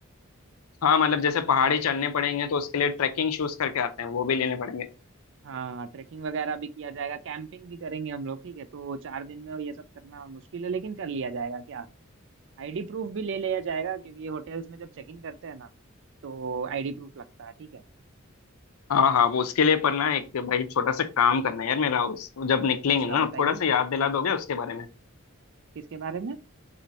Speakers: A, on the left; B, on the right.
A: हाँ मतलब जैसे पहाड़ी चढ़ने पड़ेंगे तो उसके लिए ट्रैकिंग शूज करके आते हैं वो भी लेने पड़ेंगे
B: हाँ ट्रैकिंग वगैरह भी किया जाएगा कैंपिंग भी करेंगे हम लोग ठीक है तो चार दिन में ये सब करना मुश्किल है लेकिन कर लिया जाएगा क्या आईडी प्रूफ भी ले लिया जाएगा क्योंकि ये होटल्स में जब चेकिंग करते हैं ना तो आईडी प्रूफ लगता है ठीक है
A: हाँ हाँ वो उसके लिए पर ना एक भाई छोटा सा काम करना है यार मेरा उस जब निकलेंगे
B: अच्छा
A: ना
B: बताइए
A: थोड़ा सा याद दिला दोगे उसके बारे में
B: किसके बारे में